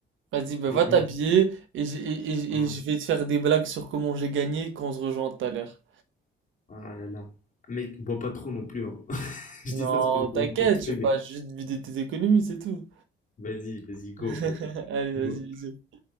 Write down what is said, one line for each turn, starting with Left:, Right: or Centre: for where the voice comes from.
Right: Vas-y, bah,
Left: Mec,
Right: va t'habiller
Left: mec,
Right: et, j- et, et,
Left: ah,
Right: et je vais te faire des blagues sur comment j'ai gagné quand on se rejoint tout à l'heure.
Left: ah là là. Ah, Mec, bois pas trop non plus, hein. <laughs> Je
Right: Non,
Left: dis ça, c'est peut-être
Right: t'inquiète,
Left: pour me faire tuer,
Right: je vais
Left: mais
Right: pas juste vider tes économies, c'est tout.
Left: vas-y, vas-y, go,
Right: <laughs>
Left: go,
Right: Allez, vas-y,
Left: go.
Right: bisous.